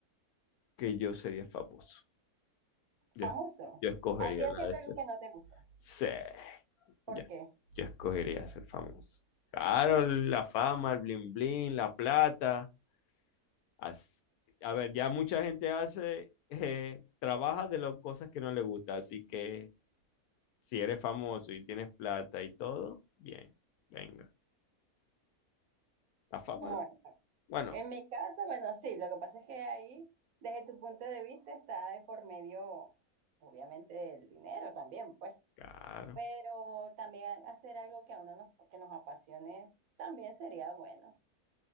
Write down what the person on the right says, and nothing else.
Famoso.
Así haciendo
algo
que no te gusta.
¿Por
qué?
Bueno,
en mi caso, bueno, sí, lo que pasa es que ahí, desde tu punto de vista, está de por medio, obviamente, el dinero también, pues,
pero también hacer algo que a uno nos, que nos apasione también sería bueno,